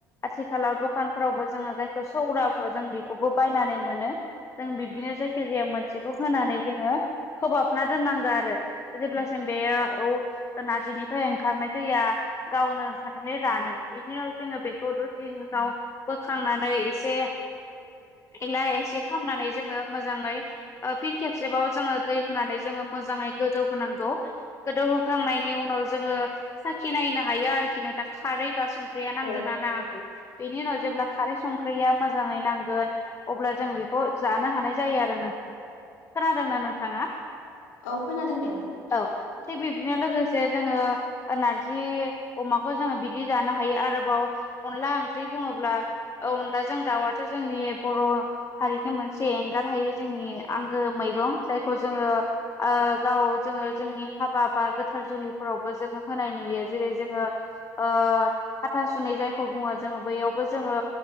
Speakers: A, on the left; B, on the left.
A: आथिखालाव दखानफोरावबो जोङो जायखौ सौरा बुङो जों बेखौबो बायनानै मोनो जों बिब्दिनो जायखि जाया मोनसेखौ होनानै जोङो खोबाबना दोननांगौ आरो जेब्लासिम बे औ ना रजिनिफ्राय ओंखारनाय दैया गावनो ओंखारनानै रानो बेनि उनाव जोङो बेखौ दसे उनाव बोखांनानै एसे एला एसि खालामनानै जोङो मोजाङै ओ फिन खेबसेबाव जोङो दै होनानै जोङो मोजाङै गोदौ होनांगौ गोदौहोखांनाय नि उनाव जोङो साखि नायनो हायो आरोखि नोंथां खारै बा संख्रिया नांदोना
B: औ
A: नाङाखै बेनि उनाव जेब्ला खारै संख्रिया मोजाङै नांगोन अब्ला जों बेखौ जानो हानाय जायो आरो नोंथां खोनादोंना नोंथाङा
B: औ खोनादों दे
A: औ थिग बिबदिनो लोगो से जोङो नारजि अमाखौ जोङो बिदि जानो हायो आरोबाव अनला ओंख्रि बुङोब्ला ओ अनलाजों दाउआथ' जोंनि बर' थारैनो मोनसे एंगार हायो जोंनि आंगो मैगं जायखौ जोङो ओ गाव जोङो जोंनि हाबा बा गोथार जुलिफोरावबो जोङो होनाय नुयो जेरै जोङो ओ हाथासुनै जायखौ बुङो जोङो बेयावबो जोङो